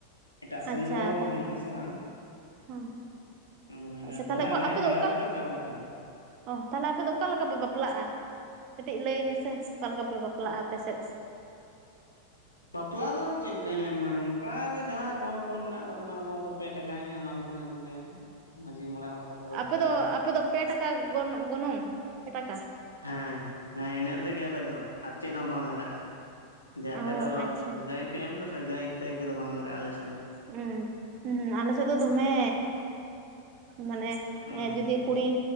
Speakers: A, on the left; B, on the right.
A: ᱮᱴᱟᱜ ᱥᱮᱱ
B: ᱟᱪᱪᱷᱟ
A: ᱫᱚ
B: ᱛᱟᱦᱚᱞᱮ
A: ᱢᱮᱱᱟᱜᱮᱱᱟᱜ ᱟᱥᱮ ᱵᱟᱝ
B: ᱦᱮᱸ
A: ᱚᱱᱟ ᱫᱚ ᱵᱟᱹᱭ
B: ᱟᱪᱪᱷᱟ ᱛᱟᱦᱚᱞᱮ
A: ᱛᱚᱵᱮ ᱟᱞᱮᱭᱟᱜ
B: ᱟᱯᱮ ᱫᱚ
A: ᱡᱮᱞᱟ
B: ᱚᱠᱟ
A: ᱨᱮᱫᱚ
B: ᱞᱮᱠᱟ
A: ᱪᱟᱵᱟ ᱩᱛᱟᱨ ᱟᱠᱟᱱᱟ᱾
B: ᱚ ᱛᱟᱦᱞᱮ ᱟᱯᱮ ᱫᱚ ᱚᱠᱟ ᱞᱮᱠᱟ ᱯᱮ ᱵᱟᱯᱞᱟᱜᱼᱟ? ᱠᱟᱹᱴᱤᱡ ᱞᱟᱹᱭ ᱢᱮᱥᱮ ᱚᱠᱟ ᱞᱮᱠᱟ ᱯᱮ ᱵᱟᱯᱞᱟᱜᱼᱟ ᱟᱯᱮ ᱥᱮᱫ
A: ᱵᱟᱯᱞᱟ ᱫᱚ ᱪᱮᱫ ᱞᱮᱠᱟᱧ ᱞᱟᱭᱢᱟ ᱱᱚᱝᱠᱟᱜ ᱜᱮ ᱡᱟᱦᱟᱸ ᱜᱚᱱᱯᱚᱱ ᱢᱮᱱᱟᱜ ᱛᱟᱵᱚᱱᱟ ᱟᱵᱚᱣᱟᱜ ᱫᱚ ᱯᱮ ᱴᱟᱠᱟ ᱦᱮᱸ ᱚᱱᱟ ᱫᱚ ᱵᱚᱱ ᱮᱢ ᱜᱮᱭᱟ ᱦᱮᱸ ᱢᱟᱺᱡᱷᱤ ᱢᱚᱬᱮ ᱦᱚᱲ ᱠᱚᱠᱚ ᱜᱚᱞᱯᱷᱚᱭᱟ
B: ᱟᱯᱮ ᱫᱚ ᱟᱯᱮᱫ ᱫᱚ ᱯᱮ ᱴᱟᱠᱟ ᱜᱚᱱ ᱜᱚᱱᱚᱝ ᱯᱮ ᱴᱟᱠᱟ
A: ᱦᱮᱸ ᱦᱮᱸ ᱤᱱᱟᱹ ᱛᱮᱜᱮ ᱟᱞᱮ ᱫᱚ ᱟᱨ ᱪᱮᱫ ᱦᱚᱸ ᱵᱟᱝ ᱞᱟᱜᱟᱜᱼᱟ᱾ ᱡᱮ
B: ᱚ
A: ᱟᱯᱮ ᱫᱚ
B: ᱟᱪᱪᱷᱟ
A: ᱜᱟᱹᱭ ᱯᱮ ᱮᱢ ᱫᱟᱥᱮ ᱜᱟᱹᱭ ᱛᱟᱹᱭ ᱠᱚᱫᱚ ᱵᱟᱝ ᱞᱟᱜᱟᱜᱼᱟ ᱟᱞᱮ ᱥᱮᱫ
B: ᱦᱸ ᱦᱮᱸ ᱟᱞᱮ ᱥᱮᱫ ᱫᱚ ᱫᱚᱢᱮ ᱢᱟᱱᱮ
A: ᱦᱩᱸ
B: ᱡᱩᱫᱤ ᱠᱩᱲᱤ